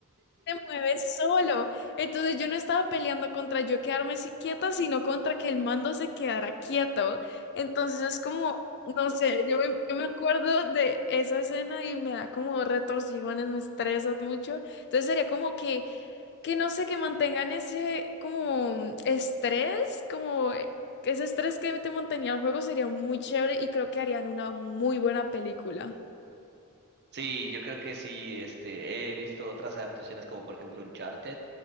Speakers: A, on the left (about 50°); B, on the right (about 50°).
A: te mueves solo. Entonces yo no estaba peleando contra yo quedarme si- quieta, sino contra que el mando se quedara quieto. Entonces es como, no sé, yo me, yo me acuerdo de esa escena y me da como retorcijones, me estresas mucho. Entonces sería como que, que no sé, que mantengan ese como estrés, como eh, ese estrés que te mantenía el juego sería muy chévere y creo que harían una muy buena película.
B: sí, yo creo que sí, este, he visto otras adaptaciones como por ejemplo Uncharted,